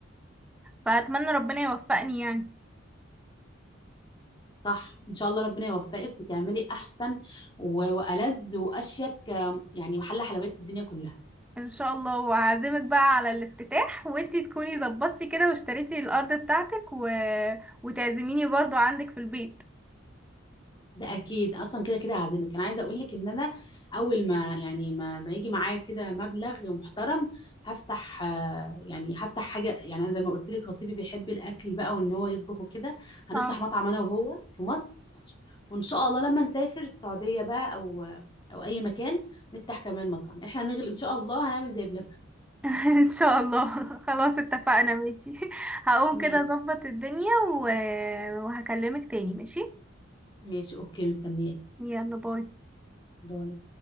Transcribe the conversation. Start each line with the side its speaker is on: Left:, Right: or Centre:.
Centre: فاتمنى ربنا يوفقني يعني
Left: صح ان شاء الله ربنا يوفقك وتعملي احسن و- والذ واشيك آم، يعني محل حلويات في الدنيا كلها
Centre: ان شاء الله وهعزمك بقى على الافتتاح وانتي تكوني ظبطتي كده واشتريتي الارض بتاعتك و... وتعزميني برضو عندك في البيت
Left: ده اكيد اصلا كده كده هعزمك انا عايزه اقول لك ان انا اول ما يعني ما, ما يجي معايا كده مبلغ محترم هفتح آه، يعني هفتح حاجه يعني أنا زي ما قلت لك خطيبي بيحب الاكل بقى وان هو يطبخ وكده هنفتح
Centre: اه
Left: مطعم انا وهو في مصر وان شاء الله لما نسافر السعوديه بقى او او اي مكان نفتح كمان مطعم احنا هنغل ان شاء الله هنعمل زي بلبن
Centre: <laughs> ان شاء الله خلاص اتفقنا ماشي <laughs> هقوم
Left: ماشي
Centre: كده اظبط الدنيا و... وهكلمك تاني ماشي
Left: ماشي اوكي مستنياك
Centre: يلا باي
Left: باي